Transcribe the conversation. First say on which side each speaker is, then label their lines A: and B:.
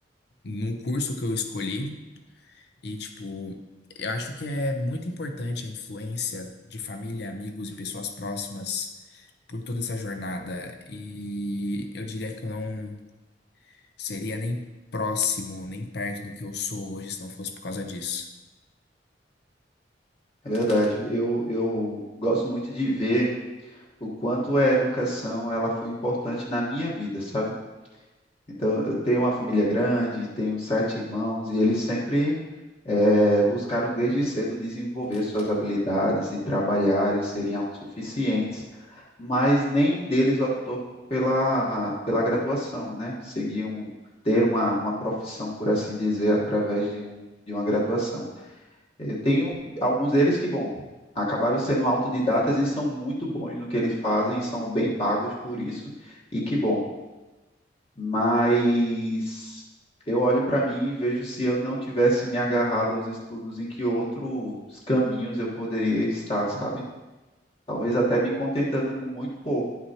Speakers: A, on the left; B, on the left.
A: no curso que eu escolhi. E, tipo, eu acho que é muito importante a influência de família, amigos e pessoas próximas por toda essa jornada. E eu diria que eu não seria nem próximo, nem perto do que eu sou hoje se não fosse por causa disso.
B: É verdade. Eu, eu gosto muito de ver o quanto a educação ela foi importante na minha vida, sabe? Então, eu tenho uma família grande, tenho sete irmãos, e eles sempre eh, buscaram desde cedo desenvolver suas habilidades e trabalhar e serem autossuficientes, mas nenhum deles optou pela, pela graduação, né? Seguiam ter uma, uma profissão, por assim dizer, através de um, de uma graduação. Eu tenho alguns deles que, bom, acabaram sendo autodidatas e são muito bons no que eles fazem, são bem pagos por isso, e que bom mas eu olho para mim e vejo se eu não tivesse me agarrado aos estudos, em que outros caminhos eu poderia estar, sabe? Talvez até me contentando com muito pouco.